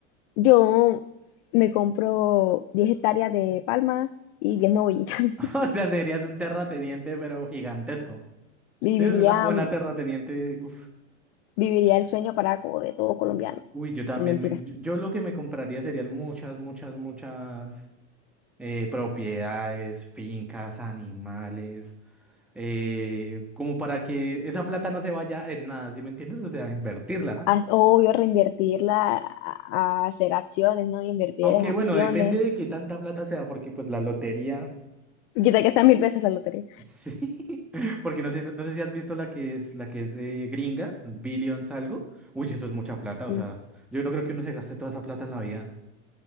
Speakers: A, on the left; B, in the centre.
A: yo me compro diez hectáreas de palma y 10 novillitas. <laughs>
B: <laughs> O sea, serías un terrateniente, pero gigantesco.
A: Viviría,
B: Sí, es una, una
A: mm,
B: terrateniente. Uf.
A: viviría el sueño paraco de todo colombiano.
B: Uy, yo también
A: No mentira.
B: me. Yo, yo lo que me compraría serían muchas, muchas, muchas. eh, propiedades, fincas, animales, eh, como para que esa plata no se vaya en nada, ¿sí me entiendes? O sea, invertirla.
A: As- Obvio, reinvertirla a, a hacer acciones, ¿no? Invertir
B: Aunque
A: en acciones.
B: bueno, depende de qué tanta plata sea, porque pues la lotería,
A: Y quitar que sean mil veces la lotería.
B: <laughs> sí, <laughs> porque no sé, no, no sé si has visto la que es, la que es eh, gringa, billions algo. Uy, sí, eso es mucha plata, o
A: Mm.
B: sea, yo no creo que uno se gaste toda esa plata en la vida,